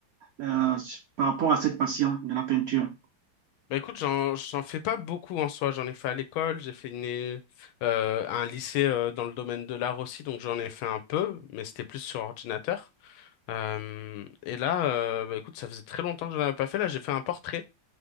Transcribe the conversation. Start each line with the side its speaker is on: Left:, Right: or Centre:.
Right: euh, par rapport à cette passion de la peinture.
Left: Bah écoute, j'en, j'en fais pas beaucoup en soi. J'en ai fait à l'école, j'ai fait une, é- euh, un lycée euh, dans le domaine de l'art aussi, donc j'en ai fait un peu, mais c'était plus sur ordinateur. Euh, et là, euh, bah écoute, ça faisait très longtemps que je n'en avais pas fait. Là, j'ai fait un portrait